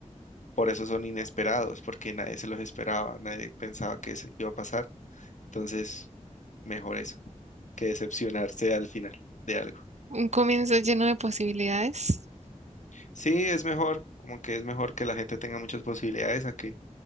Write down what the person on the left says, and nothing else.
Por eso son inesperados, porque nadie se los esperaba, nadie pensaba que eso iba a pasar. Entonces, mejor eso, que decepcionarse al final de algo.
Sí, es mejor, como que es mejor que la gente tenga muchas posibilidades a que